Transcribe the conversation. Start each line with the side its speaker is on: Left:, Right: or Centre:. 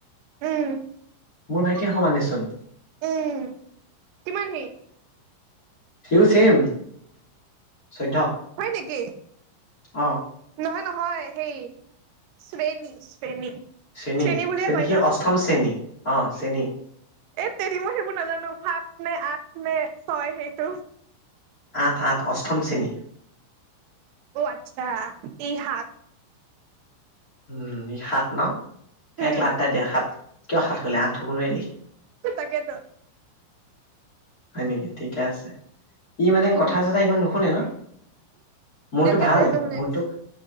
Right: উম।
Left: মোৰ ভাইটিয়ে সমানেচোন।
Right: উম কিমান সেই।
Left: হিও ছেম। চৈধ্য
Right: হয় নেকি
Left: অ
Right: নহয়- নহয় সেই। শ্ৰেণী - শ্ৰেণী।
Left: চেনী
Right: শেণী বুলিয়ে
Left: চেনী
Right: কৈ
Left: সি
Right: ন
Left: অষ্টম শ্ৰেণী অ চেনী
Right: এ তেৰি ম। সবোৰ নাজানো সাত নে আপ নে ছয় সেইটো।
Left: আঠ আঠ অষ্টম শেণী।
Right: অ আচ্ছা এই হাত।
Left: উম সাত ন।
Right: উম
Left: এক লাাতটা দিয়া সাত কিয় সাত হলে আঠ হব নোৱাৰিলি।
Right: তাকেতো
Left: হয় নেকি ঠিকে আছে। ই মানে
Right: উম
Left: কথা চথা ইমান নুশুনে ন। মোৰতো
Right: একেবাৰে
Left: ভাল
Right: নুশুনে
Left: মোৰ তোক